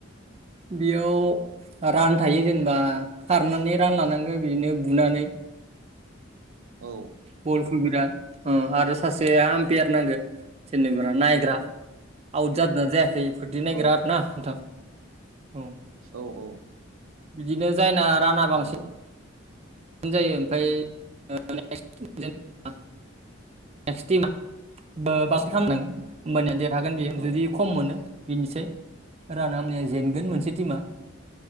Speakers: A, on the right; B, on the right.
A: बेयाव रान थायो जेनेबा खारनानै रान लानांगो बिदिनो बुनानै
B: औ
A: बलखौ बिराद आरो सासे आमपियार नांगो जेनेबा नायग्रा आउट जादों जायाखैफोरदि नायगोन
B: औ
A: आरोना नोंथां औ
B: औ औ
A: बिदिनो जायना राना बांसिन
B: नंगौ
A: जायो ओमफ्राय <unintelligible> ने मा <unintelligible> ओ बास
B: औ
A: खाम नों होमबानिया देरहागोन बे
B: औ
A: जुदि खम मोनो बेनिसै रानामिया जेनगोन मोनसे टिमा